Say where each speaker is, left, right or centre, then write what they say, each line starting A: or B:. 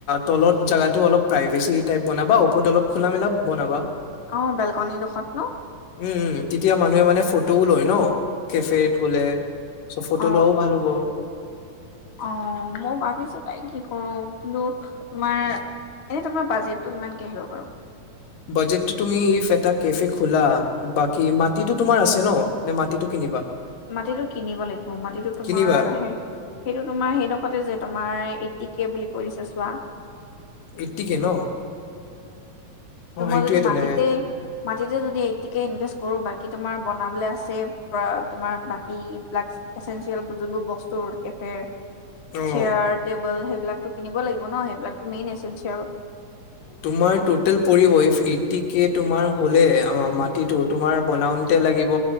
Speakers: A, on the left (about 85°); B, on the left (about 65°).
A: তলত জাগাটো অল প্ৰভেচি বনাবা ওপৰত অলপ খোলা মেলা বনাবা
B: অ বেলকনি ডোখৰত ন
A: উম উম তেতিয়া মানুহে মানে ফু তো ৰ লৈ ন কেফে গলে চ ফটো
B: অ
A: হ'লেও ভাল হ'ব
B: অ মই ভাবিছো তাই কি কৰো কিন্তু তোমাৰ এনে তোমাৰ বাজেটটো কিমান আহিব বাৰু
A: বাজেটটো তুমি ইফ এটা কেফে খোলা বাকী মাটিটো তোমাৰ আছে ন নে মাটিতটো কিনিবা
B: মাটিটো কিনিব লাগিব মাটিটো তোমাৰ
A: কিনিবা
B: স সেইটো তোমাৰ সেইডোখৰতে যে তোমাৰ এটি কে বুলি কৰিছে ছোৱা
A: ইটিকে ন
B: তহ
A: অ
B: মই
A: সেইটোৱে
B: যদি
A: তেনে
B: মাটিতে মাটিতে যদি এটিকে জেষ্ট কৰোঁ বাকী তোমাৰ বনাবলৈ আছে তোমাৰ বাকী এইবিলাক এচেঞ্চিয়েল যোনবোৰ বস্তুৰ কেফেৰ
A: অ
B: চেয়াৰ-টেবুল হ'ল সেই বিলাকটো কিনিব লাগিব ন মেন এচেপচন
A: তোমাৰ তোতেল পৰিব এফ এটিকে তোমাৰ হ'লে অহ মা টিটো তোমাৰ বনাওন এতিয়া লাগিব